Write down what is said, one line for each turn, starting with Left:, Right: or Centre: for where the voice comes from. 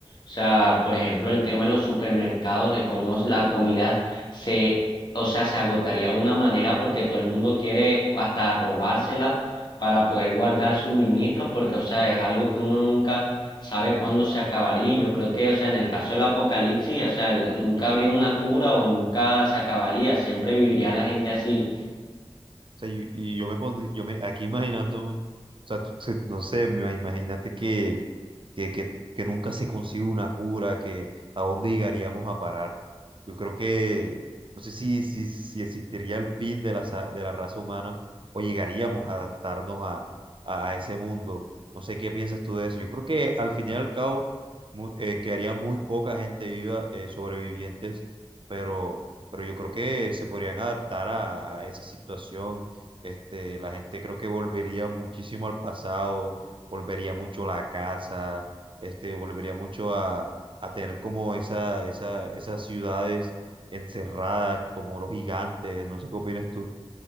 Left: O sea, por ejemplo, el tema de los supermercados, de cómo es la comida se, o sea, se agotaría de una manera porque todo el mundo quiere hasta robársela para poder guardar suministros, porque, o sea, es algo que uno nunca sabe cuándo se acabaría. Y Yo creo que, o sea, en el caso del apocalipsis, o sea, el- nunca habría una cura o nunca se acabaría, siempre viviría la gente así.
Right: sea, y, y yo me pondría, yo me, aquí imaginándome, o sea, tú- tú- no sé, me- imagínate que, que, que, que nunca se consigue una cura, que a dónde llegaríamos a parar. Yo creo que, no sé si, si, si existiría el fin de la, sa- de la raza humana o llegaríamos a adaptarnos a, a, a ese mundo. No sé qué piensas tú de eso. Yo creo que al fin y al cabo mu- eh, quedaría muy poca gente viva, eh, sobrevivientes, pero, pero yo creo que se podrían adaptar a, a esa situación este, la gente creo que volvería muchísimo al pasado, volvería mucho a la casa, este, volvería mucho a, a tener como esa, esa, esas ciudades encerradas, como muros gigantes, no sé qué opinas tú.